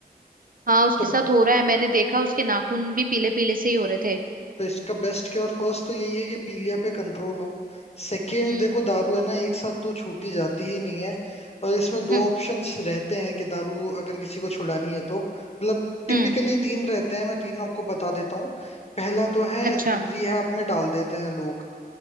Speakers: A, on the right; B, on the left.
A: हाँ उसके
B: तो
A: साथ हो रहा है मैंने देखा उसके नाखून भी पीले पीले से ही हो रहे थे
B: तो इसका बेस्ट क्या और फर्स्ट तो यही है कि पीलिया पे कंट्रोल हो सेकंड
A: हम्म
B: देखो दारू है ना एक साथ तो छूटी जाती ही नहीं है और इसमें दो
A: हम्म
B: ऑप्शंस रहते हैं कि दारू अगर किसी को छुड़ानी है तो मतलब टिपिकली
A: हम्म
B: तीन रहते हैं मैं तीन आपको बता देता हूँ पहला तो है
A: अच्छा
B: रिहैब में डाल देते हैं लोग